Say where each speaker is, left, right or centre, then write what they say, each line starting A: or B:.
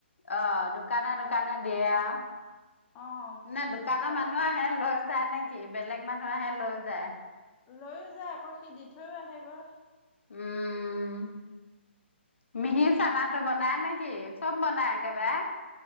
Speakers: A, on the left; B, on the left.
A: অ 'দোকানে দোকানে দিয়া।
B: অ'
A: নে
B: বহুত
A: দোকানৰ
B: অৰ্ডাৰ
A: মানুহ
B: থাকে
A: আহে লৈ যায় নে। কি বেলেগ মানুহ আহে লৈ যায়।
B: লৈয়ও যায় আকৌ সি দি থৈও আহে গৈ।
A: উম মিহি চানাটো বনাই নেকি চব বনাই একেবাৰে।